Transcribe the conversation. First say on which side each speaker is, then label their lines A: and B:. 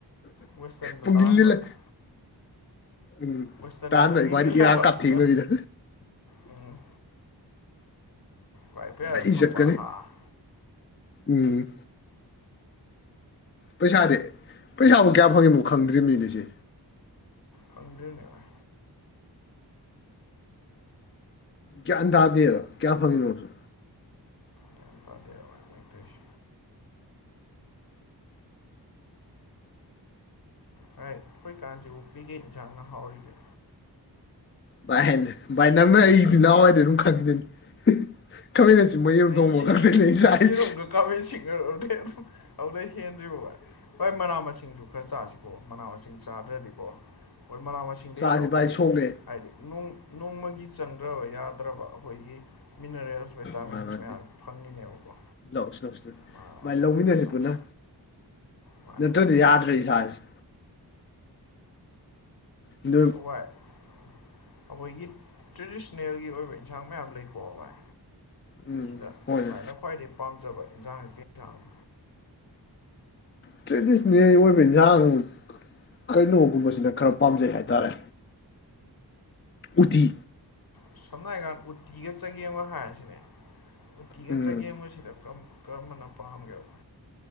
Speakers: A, on the left (about 60°); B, on the left (about 30°).
A: ꯋꯦꯁꯇꯔꯟꯗ
B: ꯄꯨꯡꯅꯤꯟ
A: ꯇꯥꯍꯟꯕ
B: ꯅꯤꯜꯂꯦ ꯎꯝ
A: ꯋꯦꯁꯇꯔꯟꯗ
B: ꯇꯥꯍꯟꯗꯣꯏ
A: ꯄꯨꯛꯅꯤꯡ
B: ꯏꯕꯥꯅꯤ
A: ꯅꯤꯜꯍꯟꯕ
B: ꯏꯔꯥꯡ ꯀꯥꯞ
A: ꯑꯗꯨꯅ
B: ꯊꯦꯛꯅꯕꯤꯗꯣ
A: ꯎꯝ ꯂꯥꯏꯔꯤꯛ ꯄꯌꯥꯗ
B: ꯑꯩ
A: ꯐꯪꯕ
B: ꯏꯖꯠ ꯀꯟꯅꯤ
A: ꯍꯥ
B: ꯎꯝ ꯄꯩꯁꯥꯗꯤ ꯄꯩꯁꯥꯕꯨ ꯀꯌꯥ ꯐꯪꯉꯤꯝꯅꯣ ꯈꯪꯗ꯭ꯔꯤꯕꯅꯤꯅꯦ ꯁꯤ
A: ꯐꯪꯗ꯭ꯔꯤꯅꯦ ꯚꯥꯏ
B: ꯒ꯭ꯌꯥꯟ ꯇꯥꯗꯦ ꯀꯌꯥ ꯐꯪꯉꯤꯅꯣꯁꯨ
A: ꯒ꯭ꯌꯥꯟ ꯇꯥꯗꯦ <unintelligible> ꯚꯥꯏ ꯑꯩꯈꯣꯏ ꯀꯥꯟꯁꯤꯕꯨ ꯀꯩꯀꯩ ꯌꯦꯟꯁꯥꯡꯅ ꯍꯥꯎꯔꯤꯒꯦ
B: ꯚꯥꯏ ꯚꯥꯏ ꯅꯪꯅ ꯑꯩꯒꯤꯗꯤ ꯅꯍꯥꯟꯋꯥꯏꯗꯩ ꯑꯗꯨꯝ ꯈꯪꯉꯤꯗꯨꯅꯤ <unintelligible> ꯈꯃꯦꯟ ꯑꯁꯤꯟꯕ ꯌꯦꯔꯨꯝ
A: ꯅꯩ
B: ꯊꯣꯡꯕ ꯈꯛꯇꯅꯦ ꯑꯩ
A: ꯅꯪ
B: ꯆꯥꯏꯁꯦ
A: ꯌꯦꯔꯨꯝꯒ ꯈꯥꯃꯦꯟ ꯑꯁꯤꯡꯒꯗꯣ ꯑꯗꯨꯝ ꯑꯗꯨꯗꯩ ꯍꯦꯟꯗ꯭ꯔꯤꯕꯣ ꯚꯥꯏ ꯍꯣꯏ ꯃꯅꯥ ꯃꯁꯤꯡꯁꯨ ꯈꯔ ꯆꯥꯁꯤ ꯑꯣ ꯃꯅꯥ ꯃꯁꯤꯡ ꯆꯥꯗ꯭ꯔꯗꯤꯀꯣ ꯍꯣꯏ ꯃꯅꯥ ꯃꯁꯤꯡꯗꯩꯁꯨ
B: ꯆꯥꯁꯤ
A: ꯑꯩꯈꯣꯏ
B: ꯚꯥꯏ ꯁꯣꯛꯂꯛꯑꯦ
A: ꯍꯥꯏꯗꯤ ꯅꯣꯡꯃꯒꯤ ꯆꯪꯗ꯭ꯔꯕ ꯌꯥꯗ꯭ꯔꯕ ꯑꯩꯈꯣꯏꯒꯤ ꯃꯤꯅꯔꯦꯜꯁ ꯚꯤꯇꯥꯃꯤꯟꯁ
B: ꯚꯥꯏ ꯚꯥꯏ
A: ꯃꯌꯥꯝꯁꯦ ꯐꯪꯉꯤꯅꯦꯕꯀꯣ
B: ꯂꯧꯁꯤ ꯂꯧꯁꯤ
A: ꯃꯥ
B: ꯚꯥꯏ
A: ꯋꯥꯁꯤꯡ
B: ꯂꯧꯃꯤꯟꯅꯁꯤ
A: ꯃꯁꯥꯁ
B: ꯄꯨꯟꯅ
A: ꯃꯥꯅꯦ
B: ꯅꯠꯇ꯭ꯔꯗꯤ
A: ꯃꯥꯅꯦ
B: ꯌꯥꯗ꯭ꯔꯦ ꯏꯁꯥꯥꯁꯦ ꯑꯗꯨ
A: ꯍꯋꯥꯏ ꯑꯩꯈꯣꯏꯒꯤ ꯇ꯭ꯔꯦꯗꯤꯁꯅꯦꯜꯒꯤ ꯑꯣꯏꯕ ꯏꯟꯁꯥꯡ ꯃꯌꯥꯝ ꯂꯩꯀꯣ ꯍꯋꯥꯏ
B: ꯎꯝ
A: ꯁꯤꯗ
B: ꯍꯣꯏꯅꯦ
A: ꯚꯥꯏꯅ ꯈ꯭ꯋꯥꯏꯗꯒꯤꯩ ꯄꯥꯝꯖꯕ ꯌꯦꯟꯁꯥꯡ ꯁꯤ ꯀꯩ ꯏꯟꯁꯥꯡꯅꯣ
B: ꯇ꯭ꯔꯦꯗꯤꯁꯟꯅꯦꯜ ꯑꯣꯏꯕ ꯏꯟꯖꯥꯡ ꯀꯩꯅꯣꯒꯨꯝꯕꯁꯤꯅ ꯈꯔ ꯄꯥꯝꯖꯩ ꯍꯥꯏꯇꯥꯔꯦ ꯎꯇꯤ
A: ꯁꯝꯅ ꯍꯥꯏꯀꯥꯟꯗ ꯎꯇꯤꯒ ꯆꯒꯦꯝꯒ ꯍꯥꯏꯔꯁꯤꯅꯦ ꯎꯇꯤꯒ
B: ꯎꯝ
A: ꯆꯒꯦꯝꯒꯁꯤꯗ ꯀꯔꯝ ꯀꯔꯝꯕꯅ ꯄꯥꯝꯒꯦꯕ